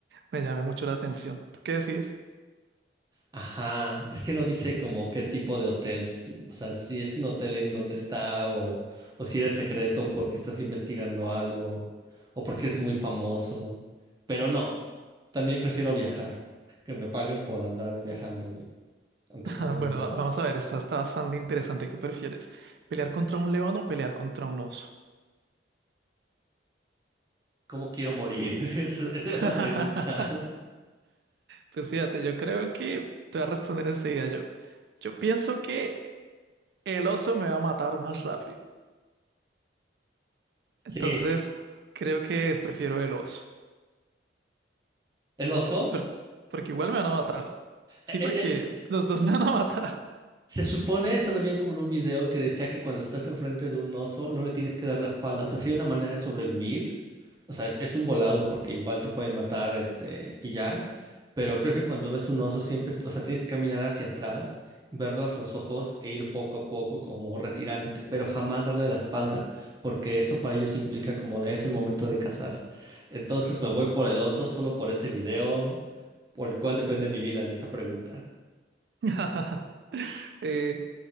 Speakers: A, on the right; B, on the right.
A: me llame mucho la atención. ¿Tú qué decides?
B: Ajá, es que no dice como qué tipo de hotel, si- o sea, si es un hotel en donde está o, o si eres secreto porque estás investigando algo o porque eres muy famoso. Pero no, también prefiero viajar, que me paguen por andar viajando y aunque
A: <laughs>
B: todo el mundo
A: Bueno,
B: lo sepa.
A: va- vamos a ver, esta está bastante interesante. ¿Qué prefieres? ¿Pelear contra un león o pelear contra un oso?
B: ¿Cómo quiero morir? <laughs> Esa, esa
A: <laughs>
B: es la pregunta. <laughs>
A: Pues fíjate, yo creo que te voy a responder enseguida yo. Yo pienso que el oso me va a matar más rápido.
B: Sí,
A: Entonces, creo que prefiero el oso.
B: el oso.
A: Por- porque igual me van a matar. Sí,
B: E- e-
A: porque
B: Es,
A: los dos <laughs> me van a matar.
B: Se supone, eso lo vi como en un video que decía que cuando estás enfrente de un oso no le tienes que dar la espalda. O sea, sí hay una manera de sobrevivir. O sea, es, es un volado porque igual te puede matar, este, y ya. Pero creo que cuando ves un oso siempre, o sea, tienes que caminar hacia atrás, verlos los ojos e ir poco a poco como retirándote, pero jamás darle la espalda, porque eso para ellos implica como de es el momento de cazar. Entonces me voy por el oso solo por ese video, por el cual depende mi vida en esta pregunta.
A: <laughs> Eh,